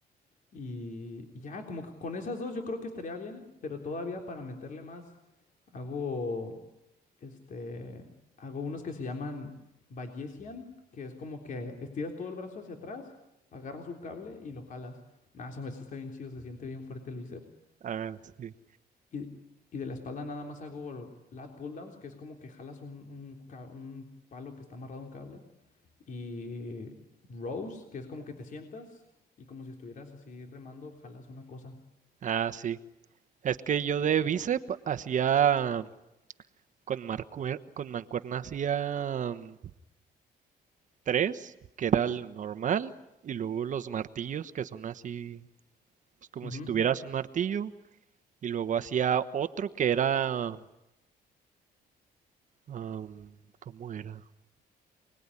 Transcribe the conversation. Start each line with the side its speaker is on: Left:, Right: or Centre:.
Left: Y y ya, como que con esas dos yo creo que estaría bien, pero todavía para meterle más, hago, este, hago unos que se llaman Bayesian, que es como que estiras todo el brazo hacia atrás, agarras un cable y lo jalas. Nada, esa me está bien chido, se siente bien fuerte el bíceps.
Right: ah, sí.
Left: Y, y de la espalda nada más hago lat pull downs, que es como que jalas un, un ca- un palo que está amarrado a un cable. Y rows, que es como que te sientas y como si estuvieras así remando, jalas una cosa.
Right: Ah, sí. Es que yo de bíceps hacía con marcue- con mancuerna hacía mm, tres, que era el normal, y luego los martillos, que son así, pues como
Left: Ujú,
Right: si tuvieras un martillo, y luego hacía otro que era, am, ¿cómo era?